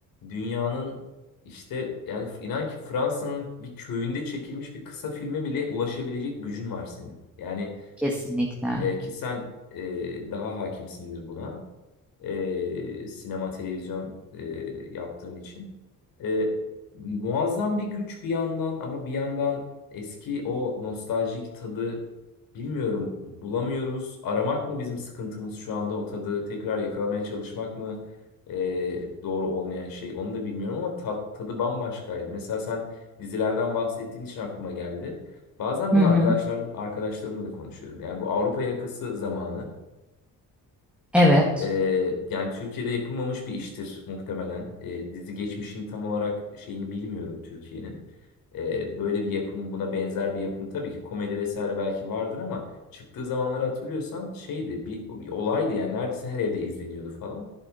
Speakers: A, on the left; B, in the centre.
A: dünyanın işte yani inan ki Fransa'nın bir köyünde çekilmiş bir kısa filme bile ulaşabilecek gücün var senin. Yani
B: Kesinlikle.
A: e, ki sen e, daha hakimsindir buna e, sinema televizyon e, yaptığın için. E, muazzam bir güç bir yandan ama bir yandan eski o nostaljik tadı bilmiyorum bulamıyoruz. Aramak mı bizim sıkıntımız şu anda o tadı tekrar yakalamaya çalışmak mı e, doğru olmayan şey onu da bilmiyorum ama tat, tadı bambaşkaydı. Mesela sen dizilerden bahsettiğin için aklıma geldi. Bazen bunu
B: Hı hı.
A: arkadaşlarım, arkadaşlarımla da konuşuyorum. Yani bu Avrupa yakası zamanı.
B: Evet,
A: Ee, yani Türkiye'de yapılmamış bir iştir muhtemelen. Ee, dizi geçmişini tam olarak şeyini bilmiyorum Türkiye'nin. Ee, böyle bir yapım, buna benzer bir yapım tabii ki komedi vesaire belki vardır ama çıktığı zamanları hatırlıyorsan şeydi bir, bir olaydı yani neredeyse her evde izleniyordu falan.